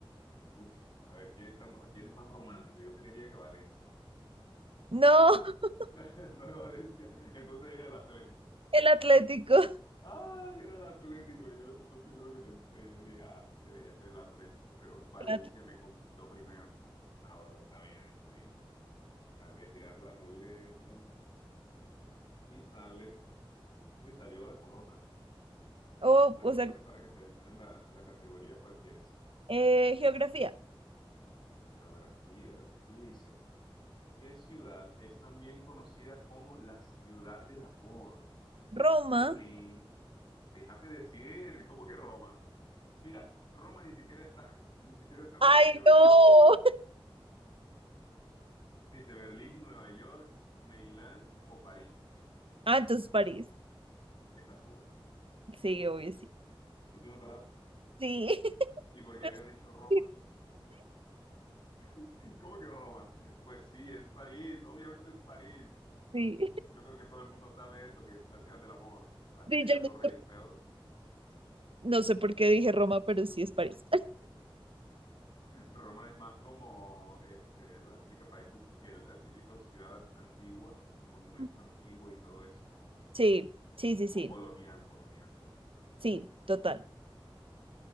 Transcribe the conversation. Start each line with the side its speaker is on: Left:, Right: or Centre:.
Left: uy. A ver, ¿quién es tan, quién es más romántico? Yo creería que Valencia.
Right: No, <laughs>
Left: <laughs> No es Valencia. Entonces es el Atlético.
Right: el Atlético.
Left: Ay, era el Atlético. Yo fue el primero que pensé. Yo dije, ah, debería ser el Atlético, pero Valencia
Right: El Atl-
Left: me conquistó primero. Ah, bueno, está bien, está bien. Ahora voy a girar la ruleta y sale. Uy, salió la corona.
Right: Oh,
Left: La
Right: o
Left: corona
Right: sea,
Left: es para que selecciones la, la categoría cual quieres.
Right: eh, geografía.
Left: Geografía. Y dice, ¿qué ciudad es también conocida como la ciudad del amor?
Right: Roma.
Left: Berlín. Déjame decir, ¿cómo que Roma? Mira, Roma ni siquiera está, <laughs> ni siquiera está en las
Right: Ay,
Left: opciones.
Right: no. <laughs>
Left: Dice Berlín, Nueva York, Milán o París.
Right: Ah, entonces París.
Left: ¿Estás seguro?
Right: Sí, obvio, sí.
Left: Última palabra.
Right: Sí.
Left: ¿Y por
Right: <laughs>
Left: qué habías dicho Roma?
Right: Sí.
Left: <laughs> ¿Cómo que Roma? Pues sí, es París, obviamente es París.
Right: Sí.
Left: Yo creo que todo el mundo sabe eso, que esa es la ciudad del amor, la típica
Right: Sí, yo
Left: Torre
Right: no
Left: Eiffel.
Right: No sé por qué dije Roma, pero sí es París.
Left: Roma es más como este, la típica país, an- el, la típica ciudad antigua, con monumentos
Right: <laughs>
Left: antiguos y todo eso,
Right: Sí, sí, sí,
Left: como
Right: sí,
Left: colonial, colonial.
Right: sí, total.